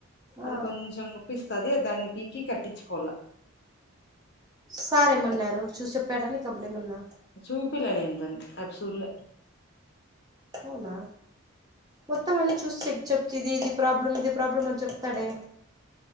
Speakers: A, on the left; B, on the right.
A: అది
B: ఆ
A: కొంచం నొప్పి వస్తు దాన్ని పీకి కట్టించుకోవాల
B: సారేమన్నారు చూ పెడాడి కప్పుడే మన్నా
A: చూపిలే ఎంతం అప్సూర్ల
B: అవునా మొత్తం అన్న చూస్త ఎక్ చెప్తే ఇది ఇది ప్రాబ్లం ఇది ప్రాబ్లం అని చెప్తాడే